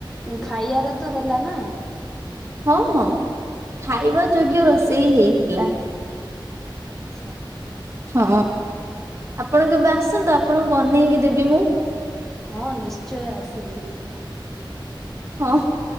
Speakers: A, in the centre; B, on the right.
A: ଖାଇବାର ତ ହେଲା ନା?
B: ହଁ ହଁ ଖାଇବା ଯୋଗ୍ୟ ରୋଷେଇ ହେଇଥିଲା।
A: ଆଛା।
B: ହଁ ଆପଣ କେବେ ଆସନ୍ତୁ। ଆପଣଙ୍କୁ ବନେଇକି ଦେବି ମୁଁ।
A: ହଁ ନିଶ୍ଚୟ ଆସିବି।
B: ହଁ।